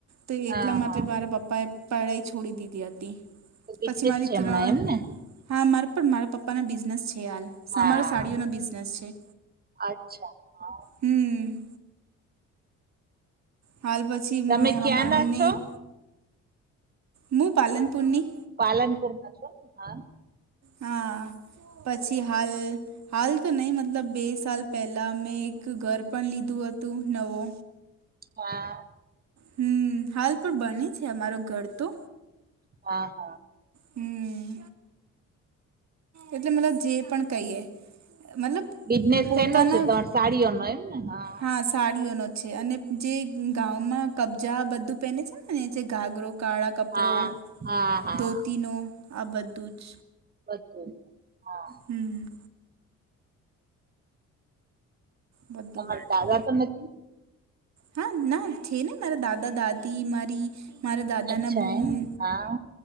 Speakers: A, on the right; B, on the right.
A: તો એટલા
B: હા
A: માટે
B: હા
A: મારા પપ્પા એ પળાઈ છોડી દીધી હતી
B: તો બિઝનેસ
A: પછી મારી
B: છે
A: ત્રણ
B: હમણાં એમને
A: હા મારે પણ મારા પપ્પાને બિઝનેસ છે હાલ સમારો
B: હા
A: સાડીઓનો બિઝનેસ છે.
B: અચ્છા હ
A: હમ્મ. હાલ પછી
B: તમે
A: મ હમ
B: ક્યાં
A: હમ
B: ના
A: અમને
B: છો
A: એક હું પાલનપુરની
B: પાલનપુરમાં છે હા
A: હા પછી હાલ હાલ તો નહીં મતલબ બે સાલ પહેલા મેં એક ઘર પણ લીધું હતું નવો
B: હા
A: હમ્મ હાલ પણ બને છે અમારો ઘર તો.
B: હા હા
A: હમ્મ એટલે મતલબ જે પણ કહીએ મતલબ
B: બિઝનેસ
A: પોતાના
B: સેનો છે તમાર સાડીઓનો એમ ને હા
A: હા સાડીઓનો છે અને જે ગામમાં કબજા બધું પહેને છે ને જે ઘાગરો કાળા કપડો
B: હા હા હા
A: ધોતીનો આ બધું જ
B: બધું હા
A: હમ બધું
B: તમારા
A: બધું
B: દાદા તો નથી
A: હા ના છે ને મારા દાદા દાદી મારી મારા દાદાનાં
B: અચ્છા
A: બૂન
B: એમ હા